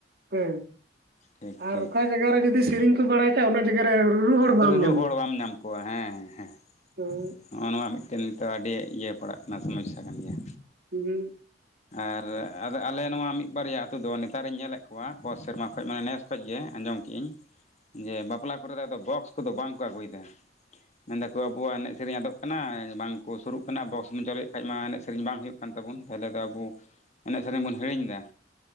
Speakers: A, on the right; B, on the left.
A: ᱦᱮᱸ
B: ᱴᱷᱤᱠ
A: ᱟᱨ
B: ᱴᱷᱤᱠ
A: ᱚᱠᱟ ᱡᱟᱭᱜᱟ ᱨᱮ ᱡᱩᱫᱤ ᱥᱤᱨᱤᱧ ᱠᱚ ᱵᱟᱲᱟᱭ ᱠᱷᱟᱡ ᱚᱱᱟ ᱡᱟᱭᱜᱟ ᱨᱮ ᱨᱩᱨᱩ ᱦᱚᱲ ᱵᱟᱢ
B: ᱨᱩᱨᱩ
A: ᱧᱟᱢᱮᱭᱟ
B: ᱦᱚᱲ ᱵᱟᱢ ᱧᱟᱢ ᱠᱚᱣᱟ ᱦᱮᱸ ᱦᱮᱸ ᱦᱮᱸ
A: ᱦᱩᱸ
B: ᱱᱚᱜᱼᱚ ᱱᱚᱣᱟ ᱢᱤᱫᱴᱮᱱ ᱱᱤᱛᱚᱜ ᱟᱹᱰᱤ ᱤᱭᱟᱹ ᱯᱟᱲᱟᱜ ᱠᱟᱱᱟ ᱥᱚᱢᱚᱥᱥᱟ ᱠᱟᱱ ᱜᱮᱭᱟ
A: ᱦᱩᱸ
B: ᱟᱨ ᱟᱨ ᱟᱞᱮ ᱱᱚᱣᱟ ᱢᱤᱫ ᱵᱟᱨᱭᱟ ᱟᱹᱛᱩ ᱫᱚ ᱱᱮᱛᱟᱨᱤᱧ ᱧᱮᱞᱮᱫ ᱠᱚᱣᱟ ᱥᱮᱨᱢᱟ ᱠᱷᱚᱱ ᱢᱟᱱᱮ ᱱᱮᱥ ᱠᱷᱚᱡ ᱜᱮ ᱟᱸᱡᱚᱢ ᱠᱮ ᱟᱹᱧ ᱡᱮ ᱵᱟᱯᱞᱟ ᱠᱚᱨᱮ ᱫᱚ ᱟᱫᱚ ᱵᱚᱠᱥ ᱠᱚᱫᱚ ᱵᱟᱝ ᱠᱚ ᱟᱹᱜᱩᱭᱮᱫᱟ ᱢᱮᱱᱮᱫᱟᱠᱚ ᱟᱵᱚᱣᱟᱜ ᱮᱱᱮᱡ ᱥᱮᱨᱮᱧ ᱟᱫᱚᱜ ᱠᱟᱱᱟ ᱵᱟᱝᱠᱚ ᱥᱩᱨᱩᱜ ᱠᱟᱱᱟ ᱵᱚᱠᱥ ᱵᱚᱱ ᱪᱟᱹᱞᱩᱭᱮᱫ ᱠᱷᱟᱡ ᱢᱟ ᱮᱱᱮᱡ ᱥᱮᱨᱮᱧ ᱵᱟᱝ ᱦᱩᱭᱩᱜ ᱠᱟᱱᱟ ᱠᱟᱱ ᱛᱟᱵᱚᱱ ᱛᱟᱦᱚᱞᱮ ᱫᱚ ᱟᱵᱚ ᱮᱱᱮᱡ ᱥᱮᱨᱮᱧ ᱵᱚᱱ ᱦᱤᱲᱤᱧ ᱮᱫᱟ